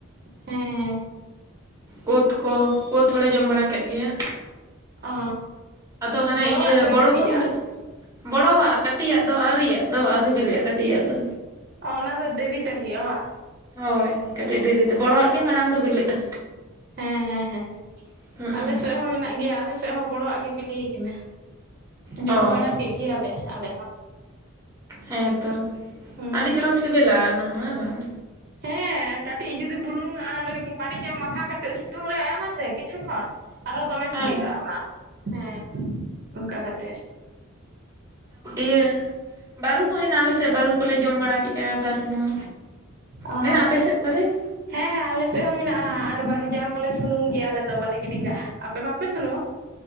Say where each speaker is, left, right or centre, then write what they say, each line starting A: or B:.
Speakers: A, on the right; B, on the right.
A: ᱦᱮᱸ
B: ᱠᱳᱛ ᱠᱚ ᱠᱳᱛ ᱦᱚᱸᱞᱮ ᱡᱚᱢ ᱵᱟᱲᱟ ᱠᱮᱫ ᱜᱮᱭᱟ
A: ᱚ
B: ᱟᱫᱚ ᱦᱟᱱᱮ
A: ᱵᱚᱲᱚᱣᱟᱜ
B: ᱤᱭᱟᱹ
A: ᱥᱮ
B: ᱵᱚᱲᱚ
A: ᱠᱟᱹᱴᱤᱡᱟᱜ
B: ᱠᱳᱛᱟᱞᱮ ᱵᱚᱲᱚᱣᱟᱜ ᱟᱨ ᱠᱟᱹᱴᱤᱡ-ᱟᱜ ᱫᱚ ᱟᱹᱣᱨᱤᱭᱟᱜ ᱫᱚ ᱟᱹᱣᱨᱤ ᱵᱤᱞᱤᱜᱼᱟ ᱠᱟᱹᱴᱤᱡ-ᱟᱜ ᱫᱚ
A: ᱚ ᱚᱱᱟ ᱫᱚ ᱰᱮᱨᱤ ᱛᱮ ᱦᱩᱭᱩᱜᱼᱟ ᱵᱟᱝ
B: ᱦᱳᱭ ᱠᱟᱹᱴᱤᱡ ᱰᱮᱨᱤ ᱛᱮ ᱵᱚᱲᱚᱣᱟᱜ ᱜᱮ ᱢᱟᱲᱟᱝ ᱫᱚ ᱵᱮᱞᱮᱜᱼᱟ
A: ᱦᱮᱸ ᱦᱮᱸ ᱦᱮᱸ
B: ᱦᱩᱸᱜ
A: ᱟᱞᱮᱥᱮᱫ
B: ᱩᱸ
A: ᱦᱚᱸ ᱢᱮᱱᱟᱜ ᱜᱮᱭᱟ ᱟᱞᱮᱥᱮᱫ ᱦᱚᱸ ᱵᱚᱲᱚᱣᱟᱜ ᱜᱤ ᱵᱤᱞᱤᱭ ᱠᱟᱱᱟ
B: ᱚ
A: ᱡᱚᱢ ᱵᱟᱲᱟ ᱠᱮᱫ ᱜᱮᱭᱟᱞᱮ ᱟᱞᱮ ᱦᱚᱸ
B: ᱦᱮᱸ ᱛᱚ
A: ᱦᱩᱸ
B: ᱟᱹᱰᱤ ᱪᱚᱨᱚᱠ ᱥᱮᱵᱮᱞᱟ ᱚᱱᱟ ᱦᱚᱸ ᱦᱮᱸ ᱵᱟᱝ
A: ᱦᱮᱸ ᱠᱟᱹᱴᱤᱡ ᱡᱩᱫᱤ ᱵᱩᱞᱩᱝ ᱟᱨ ᱢᱟᱹᱨᱤᱪ ᱮᱢ ᱢᱟᱠᱷᱟᱣ ᱠᱟᱛᱮᱫ ᱥᱤᱛᱩᱝ ᱨᱮ ᱮᱢᱟᱥᱮ ᱠᱤᱪᱷᱩ ᱠᱷᱚᱱ ᱟᱨᱚ ᱫᱚᱢᱮ
B: ᱦᱮᱸ
A: ᱥᱤᱵᱤᱞᱟ ᱚᱱᱟ ᱦᱮᱸ ᱚᱝᱠᱟ ᱠᱟᱛᱮ
B: ᱤᱭᱟᱹ ᱵᱟᱹᱨᱩ ᱦᱚᱸ ᱦᱮᱱᱟᱜ-ᱟ ᱟᱞᱮ ᱥᱮᱫ ᱵᱟᱹᱨᱩ ᱠᱚᱞᱮ ᱡᱚᱢ ᱵᱟᱲᱟ ᱠᱮᱜᱼᱟ ᱵᱟᱹᱨᱩ ᱦᱚᱸ
A: ᱚ
B: ᱢᱮᱱᱟᱜᱼᱟ ᱟᱯᱮ ᱥᱮᱫ ᱫᱟᱨᱮ
A: ᱦᱮᱸ ᱦᱮᱸ ᱟᱞᱮ ᱥᱮᱫ ᱦᱚᱸ ᱢᱮᱱᱟᱜᱼᱟ ᱟᱨ ᱵᱟᱨᱩ ᱡᱟᱝ ᱦᱚᱸᱞᱮ ᱥᱩᱱᱩᱢ ᱜᱮᱭᱟ ᱟᱞᱮ ᱫᱚ ᱵᱟᱞᱮ ᱜᱤᱰᱤ ᱠᱟᱜᱼᱟ ᱟᱯᱮ ᱵᱟᱯᱮ ᱥᱩᱱᱩᱢᱟ